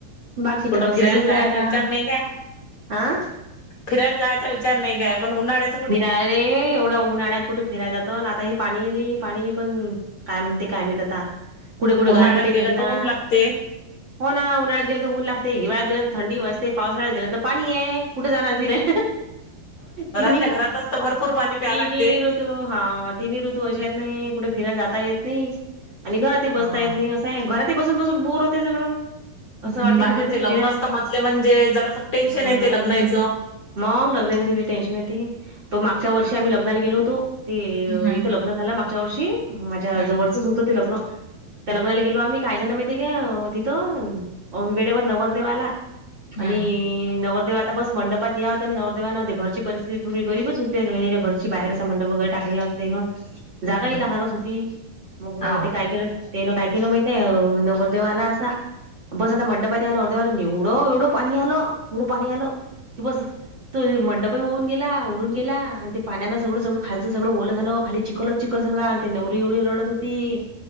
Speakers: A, on the right (about 35°); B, on the left (about 40°).
A: बाकी
B: कुठं
A: तर बस
B: फिरायला
A: असंच
B: जायचा
A: आहे आता.
B: विचार नाही काय?
A: आ?
B: फिरायला जायचा विच चार नाही काय? पण उन्हाळ्यात
A: फिराय रे एवढं उन्हाळ्यात कुठे फिरायला जातो. आता हे पाणी पाणी पण काय म्हणते काय माहित आता. कुठे कुठे
B: उन्हाळ्यात
A: गारपीटही
B: गेलं
A: झाली
B: तर
A: ना.
B: ऊन लागते.
A: हो ना उन्हाळ्यात गेलं तर ऊन लागते. हिवाळ्यात गेलं तर थंडी वाजते. पावसाळ्यात गेलं तर पाणी हाय. कुठे जाणार फिराय तिन्ही
B: आपल्या घरात असतं भरपूर पाणी प्याव
A: तिन्ही
B: लागतेय.
A: हा तिन्ही ऋतू अशा येत नाई कुठे फिरायला जाता येत नाही आणि घरात ही बसता
B: हा.
A: येत नाही अस. नाही घरात बसून बसून बोर होते सगळं. असं
B: हम्
A: वाटते
B: बाहेरचे
A: कुठ तरी
B: लग्न
A: फिरायला
B: असत म्हटले म्हणजे जरा टेन्शन
A: हम्म
B: येते लग्नाचं.
A: मग लग्नाच किती टेन्शन येतेय. तो मागच्या वर्षी आम्ही लग्नाला गेलो होतो ते
B: हम्म
A: इथं इथलं ल झा मागच्या वर्षी माझ्या
B: हम्म
A: जवळच होतं ते लग्न त्या
B: हम्म
A: लग्ना गेलो आम्ही काय झालं माहितीय का तिथं वेळेवर नवरदेव आला.
B: हम्म
A: आणि नवरदेव आता बस मंडपात याव त्यानं, नवरदेवा नव घरची परि थोडी गरीबच होते त्याच्या घरची बाहेर अस मंडप वगैरे टाकलेला असते ना
B: हम्म
A: जागाही लहानच होती मग
B: हाव
A: ते काय केलं तेन काय केलं माहित आहे नवरदेवाला असा बस आता मंडपात त्या नवर देवाला एवढं एवढं पाणी आल एवढं पाणी आलं की बस. ते मंडपही वाहून गेला उडून गेला आणि ते पाण्यांन सगळं सगळं खालच सगळं ओलं झालं खाली चिखलच चिखल सगळं आणि ती नवरी एवढी रडत हो ती.